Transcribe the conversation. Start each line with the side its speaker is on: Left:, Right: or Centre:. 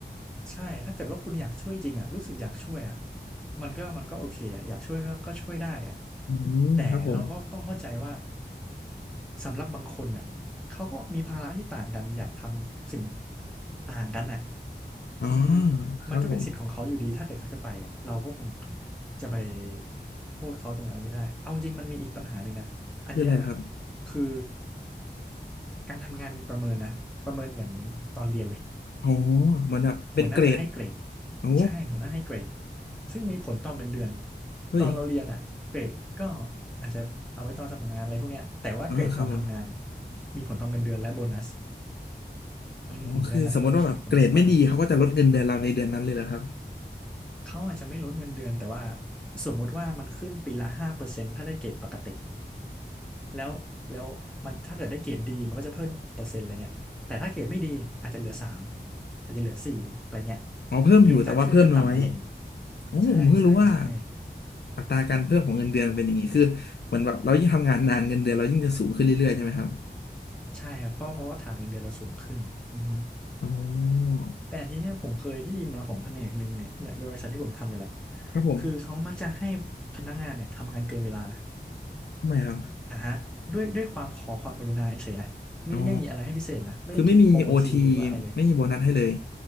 Centre: ใช่ถ้าเกิดว่าคุณอยากช่วยจริงอ่ะรู้สึกอยากช่วยอ่ะมันก็มันก็โอเคอ่ะอยากช่วยก็ก็ช่วยได้อ่ะ
Left: อืมครับผม
Centre: แต่เราก็ต้องเข้าใจว่าสำหรับบางคนอ่ะเขาก็มีภาระที่ต่างกันอยากทำสิ่งต่างกันอ่ะ
Left: อ๋อ
Centre: อืม
Left: ครับผม
Centre: มันก็เป็นสิทธิ์ของเขาอยู่ดีถ้าเกิดเขาจะไปอะเราก็คงจะไปโทษเขาตรงนั้นไม่ได้เอาจริงมันมีอีกปัญหาหนึ่งนะอันเนี้ย
Left: คืออะไรนะครับ
Centre: คือการทำงานมีประเมินนะประเมินเหมือนตอนเรียนเลย
Left: โอ้เหมือนแบบเป็นเกรด
Centre: หัวหน้าจะให้เกรด
Left: โอ้
Centre: ใช่หัวหน้าให้เกรดซึ่งมีผลต่อเงินเดือน
Left: เฮ้ย
Centre: ตอนเราเรียนอะเกรดก็อาจจะเอาไว้ตอนสมัครงานอะไรพวกเนี้ยแต่ว่าเกรดตอนทำงาน
Left: อ๋อครับผม
Centre: มีผลต่อเงินเดือนและโบนัสอืมดังนั้นมันมีผลมาก
Left: อ๋อคือสมมติว่าแบบเกรดไม่ดีเขาก็จะลดเงินเดือนเราในเดือนนั้นเลยเหรอครับ
Centre: ๆเขาอาจจะไม่ลดเงินเดือนแต่ว่าสมมุติว่ามันขึ้นปีละห้าเปอร์เซ็นต์ถ้าได้เกรดปกติแล้วแล้วมันถ้าเกิดได้เกรดดีมันก็จะเพิ่มหกเปอร์เซ็นต์อะไรเงี้ยแต่ถ้าเกรดไม่ดีอาจจะเหลือสามอาจจะเหลือสี่อะไรเงี้ย
Left: อ๋อเพิ่มอยู่แต่ว่าเพิ่มน้อย
Centre: เกณฑ์การขึ้นจะต่ำลง
Left: โอ้ผมเพิ่งรู้ว่า
Centre: ใช่ใช่ใช่
Left: อัตราการเพิ่มของเงินเดือนมันเป็นอย่างนี้คือเหมือนแบบเรายิ่งทำงานนานเงินเดือนเรายิ่งจะสูงขึ้นเรื่อยๆใช่ไหมครับ
Centre: ใช่ครับเพราะเพราะว่าฐานเงินเดือนเราสูงขึ้นอือฮึ
Left: อ๋อ
Centre: แต่ทีเนี้ยผมเคยได้ยินมาของแผนกหนึ่งเนี่ยเนี่ยบริษัทที่ผมทำเนี่ยแหละ
Left: ครับผม
Centre: คือเขามักจะให้พนักงานเนี่ยทำงานเกินเวลา
Left: ทำไมครับ
Centre: อ่ะฮะด้วยด้วยความขอความกรุณาเฉยๆนะไม่ได้มีอะไรให้พิเศษนะไม่ได้คิดโอทีหรือว่าอะไรเลย
Left: อ๋อคือไม่มีโอทีไม่มีโบนัสให้เลย